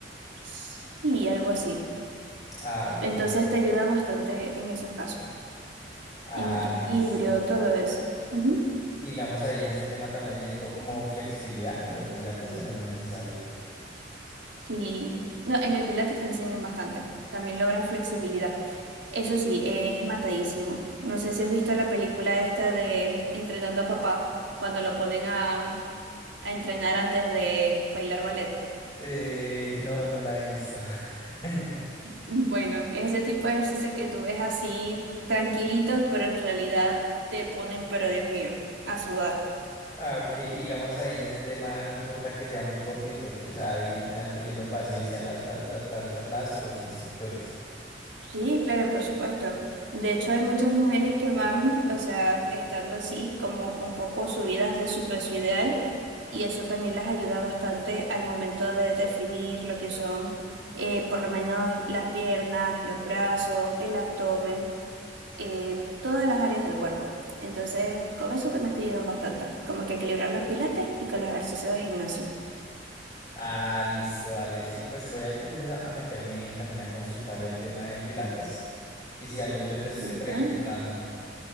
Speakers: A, on the right; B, on the left.
A: Sí, algo así.
B: Ah, ok.
A: Entonces te ayuda bastante en esos casos,
B: Ah,
A: en equilibrio,
B: listo.
A: todo eso. Ujú.
B: Y digamos ahí en ese tema también necesito como flexibilidad en lo de Pilates o no es necesario.
A: Sí, no, en el Pilates te enseñan bastante, también logras flexibilidad. Eso sí, es matadísimo. No sé si has visto la película esta de Entrenando a Papá, cuando lo ponen a, a entrenar antes de bailar ballet.
B: Eh, no, no la he visto. <laughs>
A: Bueno, ese tipo de ejercicios que tú ves así tranquilitos, pero en realidad te ponen, pero Dios mío, a sudar.
B: Ah, ok, y digamos ahí en ese tema no importa que sea muy gordito, ¿sí? O sea, ahí van teniendo paciencia la- la- la- las, las o los instructores.
A: Sí, claro, por supuesto. De hecho, hay muchas mujeres que van, o sea, estando así, como un poco subidas de su peso ideal, y eso también las ayuda bastante al momento de definir lo que son, eh, por lo menos, las piernas, los brazos, el abdomen, eh, todas las áreas del cuerpo. Entonces, con eso también te ayudan bastante, como que equilibrar los pilates y con los ejercicios de gimnasio.
B: Ah, listo, dale. Sí, pues voy a, entonces a a meterme en- también a consultar el tema de Pilates. Y si algo yo te estoy
A: ¿Listo?
B: preguntando.